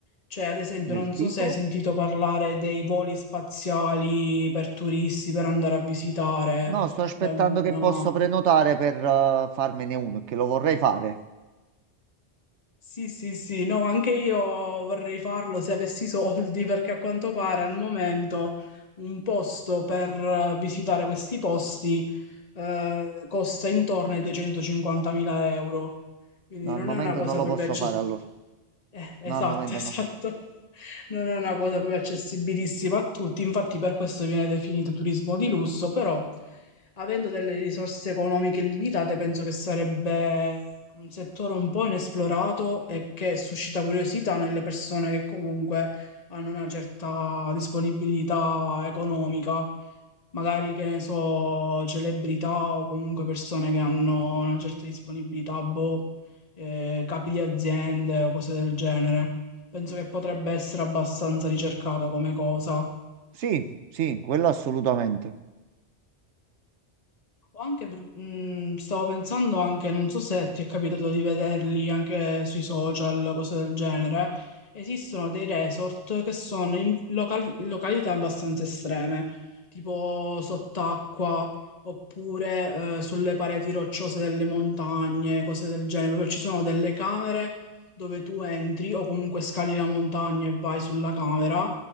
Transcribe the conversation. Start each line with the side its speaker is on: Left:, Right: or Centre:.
Left: Cioè, ad esempio,
Right: Del
Left: non so
Right: tipo?
Left: se hai sentito parlare dei voli spaziali per turisti per andare a visitare
Right: No, sto aspettando
Left: la Luna.
Right: che posso prenotare per eh, farmene uno, che lo vorrei fare.
Left: Sì, sì, sì, no, anche io vorrei farlo se avessi i soldi, perché a quanto pare al momento un posto per eh, visitare questi posti eh, costa intorno ai 250.000 euro, quindi
Right: No,
Left: non
Right: al momento
Left: è una cosa
Right: non lo
Left: proprio
Right: posso fare allora.
Left: eh, esatto,
Right: No, al momento
Left: <laughs> esatto.
Right: no.
Left: Non è una cosa proprio accessibilissima a tutti, infatti per questo viene definito turismo di lusso, però avendo delle risorse economiche limitate, penso che sarebbe un settore un po' inesplorato e che suscita curiosità nelle persone che comunque hanno una certa disponibilità economica magari che ne so, celebrità o comunque persone che hanno una certa disponibilità, boh, eh, capi di aziende o cose del genere. Penso che potrebbe essere abbastanza ricercata come cosa.
Right: Sì, sì, quello assolutamente.
Left: O Anche per- mm, stavo pensando anche, non so se ti è capitato di vederli anche sui social, cose del genere, esistono dei resort che sono in local- località abbastanza estreme, tipo sott'acqua oppure eh, sulle pareti rocciose delle montagne, cose del genere. Proprio ci sono delle camere dove tu entri o comunque scali la montagna e vai sulla camera